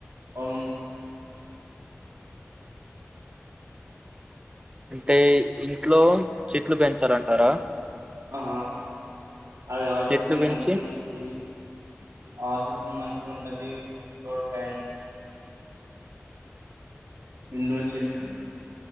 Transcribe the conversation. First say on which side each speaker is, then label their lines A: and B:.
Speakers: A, on the right; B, on the right.
A: ఓం
B: అంటే ఇ చెట్లు చెట్లు పెంచాలం అరా
A: ఆ అవి ఆక్సిజన్
B: చెట్లు పెంచి
A: మంచి కి ఆక్సిజన్ మంచి గుంటది టోడ్ ట్యాంన్స్ ఉండ వచ్చట్లో